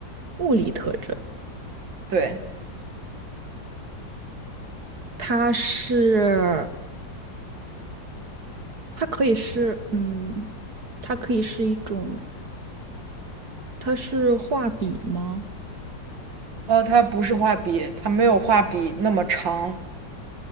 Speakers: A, on the right; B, on the right.
A: 物理特征，
B: 对，
A: 它是它可以是嗯，它可以是一种，它是画笔吗？
B: 哦，它不是画笔，它没有画笔那么长。